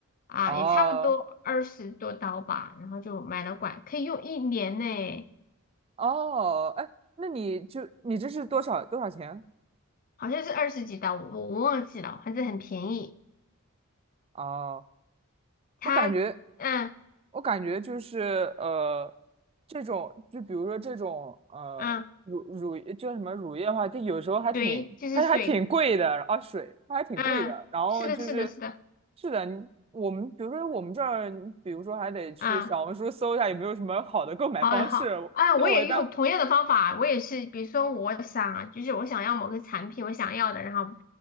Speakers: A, on the left; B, on the right.
A: 啊，
B: 哦
A: 也差不多二十多刀吧，然后就买了管，可以用一年呢，
B: 哦，哎，那你就你这是多少多少钱？
A: 好像是二十几刀，我我忘记了，反正很便宜。
B: 哦。
A: 它嗯
B: 我感觉，我感觉就是呃，这种就比如说这种呃乳乳叫什么乳液的话，
A: 嗯，
B: 它有时候还挺还还挺贵的啊，
A: 水就是水，
B: 水它还挺贵的。
A: 嗯，
B: 然后就是
A: 是的，是的，是的，
B: 是的，你我们比如说我们这儿，比如说还得去小红书搜一下有没有什么好的购买方式。
A: 啊。好好啊，
B: 对我一般
A: 我也用同样的方法，我也是，比如说我想，就是我想要某个产品，我想要的，然后，